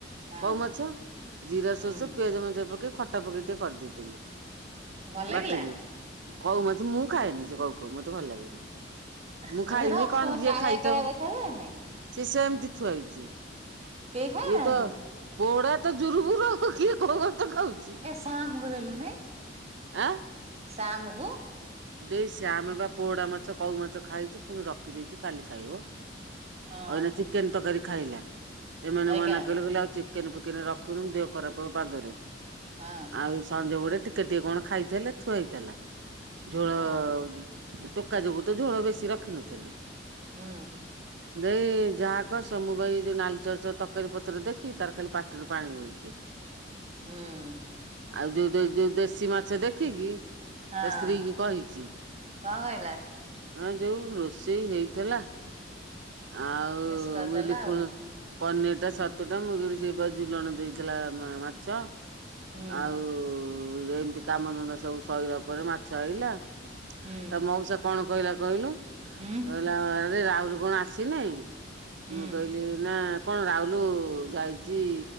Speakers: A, on the right; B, on the right.
A: ହଁ
B: କଉ ମାଛ ଜିରା,
A: ହୁଁ
B: ଷୋରିଷ, ପିଆଜ ମେଞ୍ଚେ ପକେଇ ଖଟା ପକେଇ ଟିକେ କରିଦେଇଥିଲି।
A: ଭଲ ଲାଗିଲା
B: ବାଟିକି କଉ ମାଛ ମୁଁ ଖାଏନି ସେ କଉ ଫଉ ମତେ ଭଲ ଲାଗେନି। ମୁଁ
A: ସେଟା
B: ଖାଇନି
A: ଅସନା
B: କଣ ଯିଏ
A: କାଳିଆ
B: ଖାଇଥବ।
A: କାଳିଆ ଦେଖାଯାଏନି
B: ସେ ସେମତି ଥୁଆ ହେଇଚି
A: କେହି ଖାଇନାହାନ୍ତି
B: ଇଏ ତ ପୋଡା ତ ଜୁରୁବୁୁରୁ ଆଉ କିଏ କଉ ଭାତ ଖାଉଛି।
A: ବେ ଶାମୁକୁ ଦେଲୁନେଇ
B: ଆଁ
A: ଶାମୁକୁ
B: ଦେଇ ଶାମ ବା ପୋଡା ମାଛ କଉ ମାଛ ଖାଇଛି ପୁଣି ରଖିଦେଇଛି କାଲି ଖାଇବ।
A: ହଁ
B: ଅଇନା ଚିକେନ୍ ତକାରୀ ଖାଇଲା ଏମାନେ
A: ଅଇକା
B: ମନା କଲେ କଇଲେ ଆଉ ଚି କେନ୍ ଫିକେନ୍ ରଖୁନୁ ଦେହ ଖରାପ ହବ ପାଗେରେ।
A: ହାଁଆଁ।
B: ଆଉ ଏଇ ସଞ୍ଜ ଗୁଡେ ଟିକେ ଟିକେ କଣ ଖାଇଥେଲେ ଥୁଆ ହେଇଥେଲା। ଝୋଳ
A: ହଁ
B: ଅ ଟୋକା ଯୋଗୁ ତ ଝୋଳ ବେଶୀ ରଖିନଥିଲି।
A: ହୁଁ
B: ଦେଇ ଯାହା କହ ସମୁ ଭାଇ ଯୋଉ ନାଲି ଚରଚ ତକାରୀ ପତର ଦେଖି ତାର ଖାଲି ପାଟିରୁ ପାଣି ବୋହୁଚି।
A: ହୁଁ
B: ଆଉ ଯୋଉ ଯୋଉ ଯୋଉ ଦେଶୀ ମାଛ ଦେଖିକି
A: ହଁ
B: ତା ସ୍ତ୍ରୀ କି କହିଛି।
A: କଣ କହିଲା
B: ଆ ଯୋଉ ରୋଷେଇ ହେଇଥେଲା। ଆଉ
A: ମିସ୍ କରିଦେଲା
B: ମୁଇଲି ଫୁଣି
A: ଆଉ
B: ପନିର ଟା ଛତୁ ଟା ମୁଁ କହିଲି ସେଇପା ଝୁଲଣ ଦେଇଥେଲା ମାଛ।
A: ହୁଁ
B: ଆଉ ଏମତି କାମଧନ୍ଦା ସବୁ ସଇଲା ପରେ ମାଛ ଆଇଲା।
A: ହୁଁ
B: ତ ମଉସା କଣ କହିଲା କହିଲୁ,
A: ହୁଁ
B: କହିଲା ଆରେ ରାହୁଲୁ କଣ ଆସିନେଇଁ?
A: ହୁଁ
B: ମୁଁ କହିଲି ନା କଣ ରାହୁଲୁ ଯାଇଚି